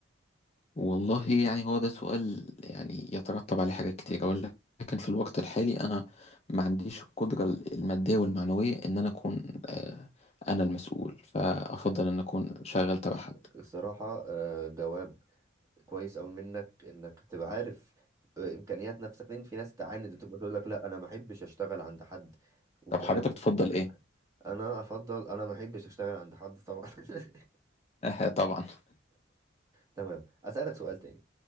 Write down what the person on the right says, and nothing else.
مم.
الصراحة آه، جواب كويس أوي منك إنك تبقى عارف آه، إمكانيات نفسك لأن في ناس تعاند بتبقى تقول لك لا أنا ما أحبش أشتغل عند حد وكلام
غير
عارف. أنا أفضل أنا ما أحبش أشتغل عند حد طبعا <laughs>
تمام أسألك سؤال تاني